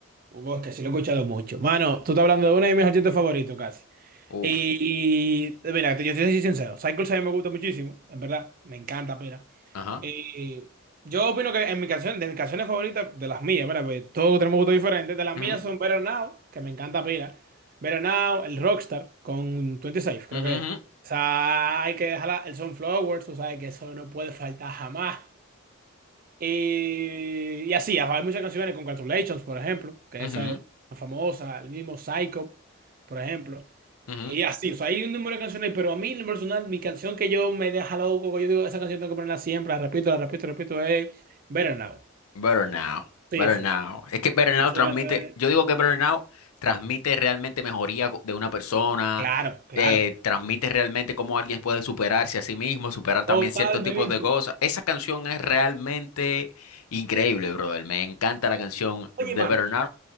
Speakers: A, on the right; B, on the left.
A: Uf, que sí lo he escuchado mucho. Mano, tú estás hablando de una de mis artistas favoritos casi.
B: Uf,
A: Y, y, mira, te- yo te soy sincero, Psycho sí me gusta muchísimo, en verdad, me encanta, pero
B: ajá.
A: Y yo opino que en mi canción, de mis canciones favoritas, de las mías, ¿verdad? Porque todos tenemos gustos diferentes. De las
B: Ujú,
A: mías son Better Now, que me encanta pila. Better Now, el Rockstar, con 26, creo
B: ujú,
A: que. es. O sea, hay que dejar el Sunflower, tú sabes que eso no puede faltar jamás. Y, y así, hay muchas canciones, Congratulations, por ejemplo, que
B: ujú,
A: esa
B: ujú,
A: es más famosa, el mismo Psycho, por ejemplo.
B: ujú.
A: Y así, o sea, hay un número de canciones, pero a mí, en lo personal, mi canción que yo me deja loco, que yo digo, esa canción tengo que ponerla siempre, la repito, la repito, la repito, es Better Now.
B: Better now,
A: Sí,
B: better
A: sí,
B: now.
A: sí.
B: Es que better now
A: Esa
B: transmite,
A: canción es-
B: yo digo que better now transmite realmente mejoría co- de una persona,
A: Claro, claro.
B: eh, transmite realmente cómo alguien puede superarse a sí mismo, superar también
A: Totalmente.
B: ciertos tipos de cosas. Esa canción es realmente increíble, brother. Me encanta la canción
A: Oye,
B: de
A: mano,
B: Better Now.